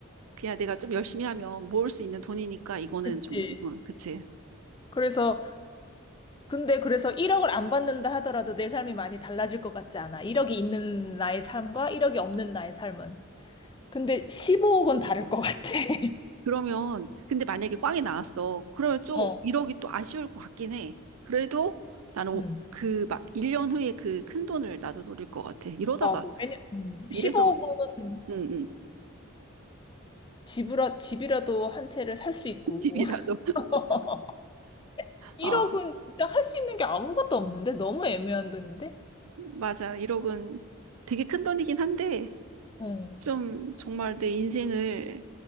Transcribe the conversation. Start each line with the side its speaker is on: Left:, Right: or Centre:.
Right: 그냥 내가 좀 열심히 하면 모을 수 있는 돈이니까 이거는
Left: 그치.
Right: 좀, 음, 그치.
Left: 그래서 근데 그래서 1억을 안 받는다 하더라도 내 삶이 많이 달라질 것 같지 않아. 1억이 있는 나의 삶과 1억이 없는 나의 삶은. 근데 15억은 다를 것 같아. <laughs>
Right: 그러면, 근데 만약에 꽝이 나왔어. 그러면 좀
Left: 어.
Right: 1억이 또 아쉬울 것 같긴 해. 그래도 나는 오-
Left: 음.
Right: 그 막, 1년 후에 그 큰 돈을 나도 노릴 것 같아. 이러다가,
Left: 나도. 왜냐, 음.
Right: 이래서,
Left: 15억은
Right: 응, 응,
Left: 집이라, 집이라도 한 채를 살 수 있고.
Right: <laughs> 집이라도.
Left: <laughs> 1억은
Right: 어,
Left: 진짜 할 수 있는 게 아무것도 없는데? 너무 애매한 돈인데?
Right: 맞아. 1억은 되게 큰 돈이긴 한데,
Left: 응.
Right: 좀 정말 내 인생을